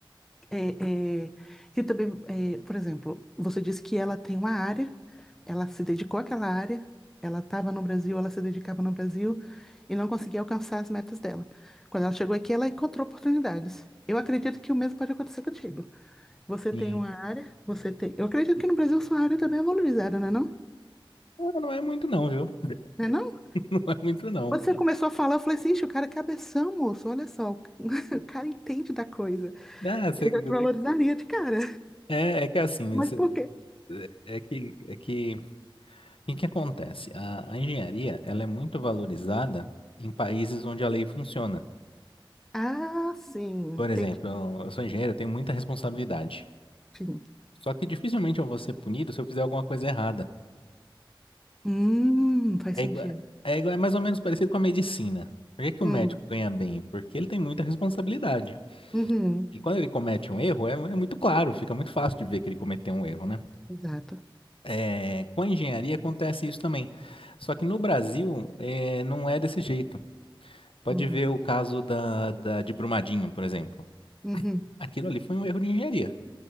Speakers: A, in the centre; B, on the left.
A: É, é, que também, é, por exemplo, você disse que ela tem uma área, ela se dedicou àquela área, ela estava no Brasil, ela se dedicava no Brasil e não conseguia alcançar as metas dela. Quando ela chegou aqui, ela encontrou oportunidades. Eu acredito que o mesmo pode acontecer contigo. Você
B: Sim.
A: tem uma área, você tem. Eu acredito que no Brasil sua área também é valorizada, não é não?
B: Ah, não é muito não, viu? <laughs>
A: Não é não?
B: Não é muito não.
A: Quando você começou a falar, eu falei assim, "Ixi, o cara é cabeção, moço, olha só, <laughs> o cara entende da coisa.
B: Ah, cê-
A: Eu já te valorizaria de cara.
B: é, é que assim,
A: Mas
B: cê-
A: por quê?
B: é é que, é que, o que que acontece? A, a engenharia, ela é muito valorizada em países onde a lei funciona.
A: Ah, sim,
B: Por
A: entendi.
B: exemplo, eu eu sou engenheiro, eu tenho muita responsabilidade.
A: Sim.
B: Só que dificilmente eu vou ser punido se eu fizer alguma coisa errada.
A: Hum, faz
B: É
A: sentido.
B: igual, é igua- é mais ou menos parecido com a medicina. Por que que
A: Hum,
B: o médico ganha bem? Porque ele tem muita responsabilidade.
A: uhum,
B: E quando ele comete um erro, é, é muito claro, fica muito fácil de ver que ele cometeu um erro, né?
A: exato.
B: É, com a engenharia acontece isso também. Só que no Brasil, é, não é desse jeito. Pode
A: Uhum,
B: ver o caso da, da- de Brumadinho, por exemplo.
A: uhum,
B: Aquilo ali foi um erro de engenharia.